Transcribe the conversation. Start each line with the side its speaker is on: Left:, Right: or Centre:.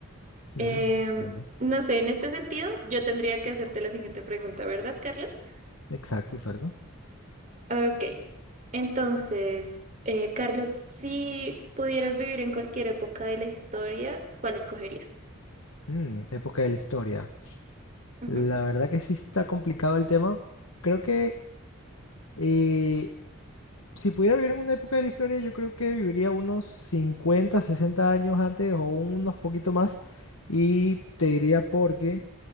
Left: Mm,
Right: Em,
Left: entiendo.
Right: no sé, en este sentido, yo tendría que hacerte la siguiente pregunta, ¿verdad, Carlos?
Left: Exacto, exacto.
Right: Ok. Entonces, eh, Carlos, si pudieras vivir en cualquier época de la historia, ¿cuál escogerías?
Left: Mm, época de la historia.
Right: Ujú.
Left: La verdad que sí está complicado el tema. Creo que Eh, si pudiera vivir en una época de la historia, yo creo que viviría unos 50, 60 años antes o unos poquito más. Y te diría porque,